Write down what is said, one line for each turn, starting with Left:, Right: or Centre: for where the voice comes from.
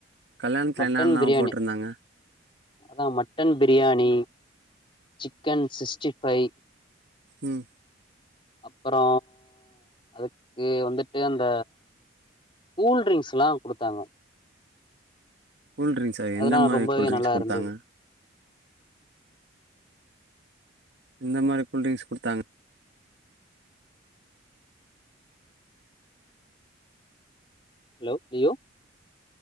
Right: கல்யாணத்துல
Left: மட்டன்
Right: என்னென்ன
Left: பிரியாணி
Right: போட்டிருந்தாங்க
Left: அதா mutton biryani chicken sixty five
Right: உம்
Left: அப்புறோ அதுக்கு வந்துட்டு அந்த கூல் ட்ரிங்க்ஸ்லா குடுத்தாங்க
Right: கூல்ட்ரிங்க்ஸா
Left: அதெல்லா
Right: எந்த மாதிரி
Left: ரொம்பவே
Right: கூல்ட்ரிங்க்ஸ்
Left: நல்லா
Right: குடுத்தாங்க
Left: இருந்தது
Right: இந்த மாரி கூல்ட்ரிங்க்ஸ் குடுத்தாங்க
Left: ஹலோ யோ